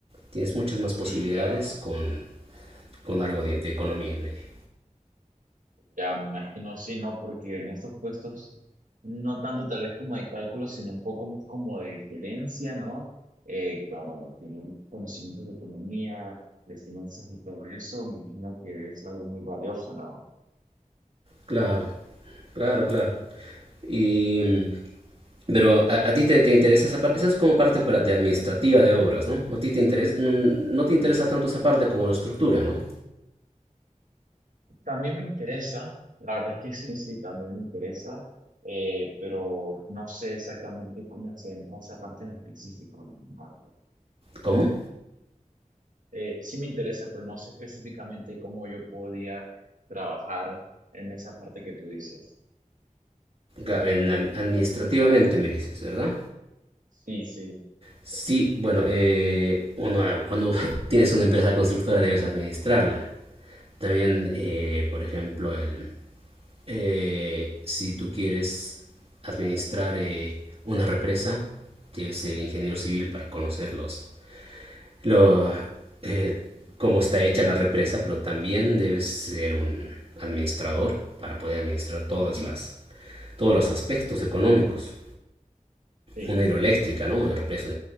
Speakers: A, on the right; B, on the right.
A: Tienes muchas más posibilidades
B: sí, claro.
A: con, con algo de, de economía en medio.
B: Ya me imagino, sí, ¿no? Porque en estos puestos, no tanto tal vez como de cálculo, sino un poco más como de gerencia, ¿no? Eh, claro, tener conocimientos de economía, de finanzas y todo eso, me imagino que es algo muy valioso, ¿no?
A: Claro, claro, claro. Y, pero a, a ti te, te interesa esa parte, esa es como parte para- de administrativa de obras, ¿no? A ti te interesa, mm, no te interesa
B: Sí.
A: tanto esa parte como la estructura, ¿no?
B: También me interesa, la verdad es que sí, sí, también me interesa, eh, pero no sé exactamente cómo se entra esa parte en específico. la verdad.
A: ¿Cómo?
B: Eh, sí me interesa, pero no sé específicamente cómo yo podía trabajar en esa parte que tú dices.
A: Ga- en ad- administrativamente me dices, ¿verdad?
B: Sí, sí,
A: Sí, bueno, eh, uno, ah, cuando <laughs> tienes una empresa constructora debes administrarla. También, eh, por ejemplo, el, Eh, si tú quieres administrar eh, una represa, debes ser ingeniero civil para conocerlos. Lo, eh, cómo está hecha la represa, pero también debes ser un administrador para poder administrar todas
B: ujú,
A: las, todos los aspectos económicos.
B: sí,
A: Una hidroeléctrica, ¿no? Una represa,